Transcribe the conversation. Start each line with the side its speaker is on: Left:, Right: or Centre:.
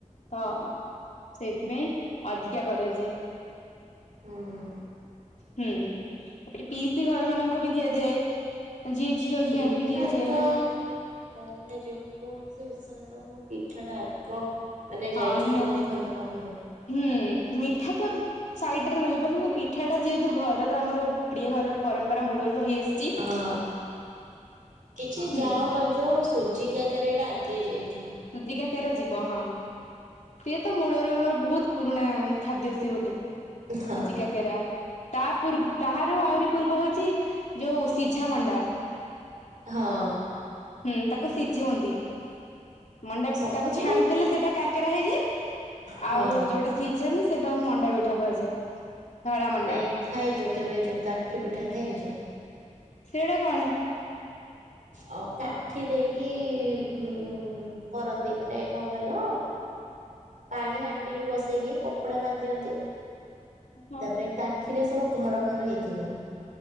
Left: ତ ସେଇଥିପାଇଁ ଅଧିକା କରାଯାଏ।
Right: ହୁଁ
Left: ହୁଁ ତାପରେ ପିଇସି ଘରମାନଙ୍କୁ ବି ଦିଆଯାଏ। ଜିଏ ଝିଅ ଝିଆଣି
Right: ପିଠା
Left: ବି ଦିଆଯାଏ
Right: ତ ମାନେ ଯୋ କୌଣସି ଓଷା ବାର ହଉ ପିଠାଟା ଆଗ ମାନେ
Left: ହଁ
Right: ଯାଇଥିବ
Left: ନିହାତି
Right: ବନ୍ଧୁବାନ୍ଧବ ଘରକୁ
Left: ହୁଁ ମିଠା ତ ସାଇଡରେ ରହିବ କିନ୍ତୁ ପିଠାଟା ଯେହେତୁ ଘରର ଆମର ଓଡିଆ ଘରର ପରମ୍ପରା ମୂଳରୁ ରହିଆସଛି
Right: ହଁ କିଛି
Left: ହୁଁ
Right: ଯାଉ ନ ଯାଉ ସୁଜି କାକରାଟା ଆଗେ ଯାଇଥିବ।
Left: ସୁଜି କାକରା ଯିବ ହଁ ସିଏ ତ ମୂଳରୁ ଆମର ବହୁତ ପୁରୁଣା ଖାଦ୍ୟ ସିଏ ଗୋଟେ
Right: ହଁ
Left: ସୁଜିକା
Right: ହଁ
Left: ରା ତା ପୂର୍ ତାହାର ଆହୁରି ପୂର୍ବ ହଉଛି ଯୋଉ ସିଝା ମଣ୍ଡା
Right: ହଁ।
Left: ହୁଁ ତାକୁ ସିଝନ୍ତି। ମଣ୍ଡା
Right: ସବୁଠୁ
Left: ତାକୁ ଛାଣିଦେଲେ ସେଇଟା କାକେରା ହେଇଯାଏ
Right: ହଁ
Left: ଆଉ ଯୋଉଟା ସିଝାନ୍ତି ସେଟାକୁ ମଣ୍ଡା ପିଠା କୁହାଯାଏ। ଧଳା ମଣ୍ଡା
Right: ନାଇଁ ଖାଇଛ କେବେ ଯୋଉ କାଠି ପିଠା ଖାଇଛ?
Left: ସେଇଟା କଣ?
Right: ଅ କାଠି ଦେଇକି ହୁଁ ହୁଁ କରନ୍ତି ମାନେ କଣ କହିଲ ପାଣି ହାଣ୍ଡି ବସେଇକି କପଡା ବାନ୍ଧି ଦିଅନ୍ତି।
Left: ହଁ
Right: ତାପରେ କାଠିରେ ସବୁ ଘର ଘର ହେଇଥିବ।